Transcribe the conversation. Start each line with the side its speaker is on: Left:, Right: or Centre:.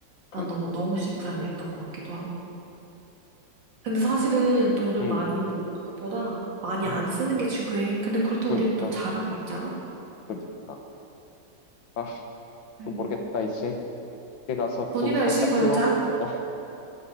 Left: 그러니까
Right: 난 너무, 너무 심플하게 했던 것 같기도 하고. 근데 사실은 돈을
Left: 음,
Right: 많이 모으는 것보다 많이
Left: 음,
Right: 안 쓰는 게 중요해. 근데 그걸 또
Left: 그러니까
Right: 우리 또 잘하고 있잖아?
Left: 그러니까 아
Right: 네.
Left: 그 모르겠다 이제 밖에 가서
Right: 돈이나
Left: 돈 살짝
Right: 열심히 벌자.
Left: 쓸어 어,